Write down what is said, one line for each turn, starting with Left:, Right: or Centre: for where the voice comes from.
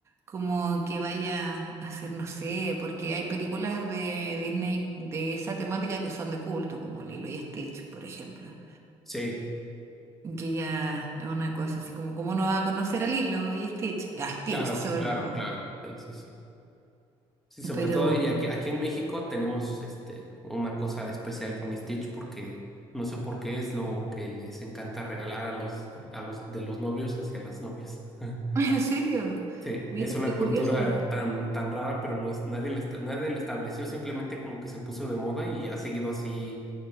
Right: como que vaya a ser, no sé, porque hay películas de Disney de esa temática que son de culto, como Lilo y Stitch, por ejemplo,
Centre: Sí,
Right: que ya es una cosa así como, ¿cómo no va a conocer a Lilo y Stitch? A Stitch,
Centre: claro,
Right: sobre
Centre: claro,
Right: todo.
Centre: claro. Sí, sí, sí. Sí, sobre
Right: Pero,
Centre: todo, y aquí, aquí en México tenemos este, una cosa especial con Stitch porque no sé por qué es lo que les encanta regalar a los, a los de los novios hacia las novias. <laughs>
Right: <laughs> ¿en serio?
Centre: Sí,
Right: Miren
Centre: es una
Right: qué curioso,
Centre: cultura tan, tan rara, pero no es, nadie la, esta- nadie la estableció, simplemente como que se puso de moda y ha seguido así